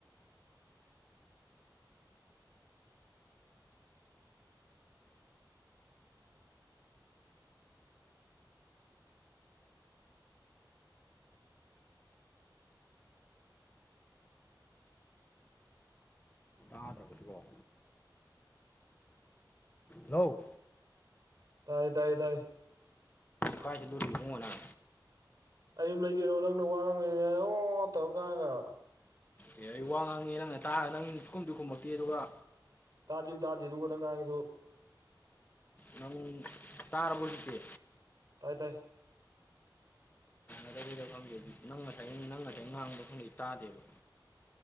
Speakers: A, on the left; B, on the right.
A: ꯊꯥꯗ꯭ꯔꯕꯁꯤꯕꫭ ꯂꫭ
B: ꯇꯥꯏ ꯇꯥꯏ ꯇꯥꯏ
A: ꯀꯥꯏ ꯆꯠꯂꯨꯔꯦ ꯏꯕꯨꯡꯉꫭ ꯅꯪ
B: ꯑꯩ ꯌꯨꯝ ꯂꯩ ꯀꯩꯅꯣ ꯅꯪꯅ ꯋꯥꯉꯥꯡꯏꯅꯦꯅ ꯑꯣ ꯇꯧꯔ ꯉꯥꯡꯉꯒ
A: ꯑꯦ ꯑꯩ ꯋꯥ ꯉꯥꯡꯉꯦ ꯅꯪꯅ ꯇꯥꯔꯒ ꯅꯪ ꯁꯨꯈꯨꯝꯖꯨ ꯈꯨꯝꯃꯛꯇꯦ ꯑꯗꯨꯒ
B: ꯇꯥꯗꯤꯝ ꯑꯃ ꯇꯥꯗꯦ ꯑꯗꯨꯒ ꯅꯪ ꯉꯥꯡꯉꯤꯗꯣ
A: ꯅꯪ ꯇꯔꯕꫭ ꯍꯧꯖꯤꯛꯇꯤ
B: ꯇꯥꯏ ꯇꯥꯏ
A: <unintelligible> ꯑꯗꯨꯗꯤ ꯅꯪ ꯉꯁꯥꯏ ꯅꯪ ꯉꯁꯥꯏ ꯉꯥꯡꯕ ꯈꯪꯗꯦ ꯇꯥꯗꯦꯕ